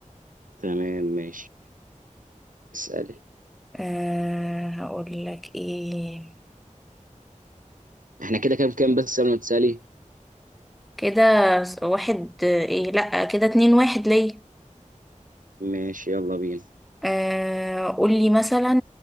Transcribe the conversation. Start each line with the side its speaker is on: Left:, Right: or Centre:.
Right: تمام ماشي اسالي
Centre: آه، هقول لك إيه
Right: احنا كده كام كام بس قبل ما تسالي
Centre: كده واحد إيه لأ كده اتنين واحد ليا
Right: ماشي يلا بينا
Centre: آه، قولي مثلا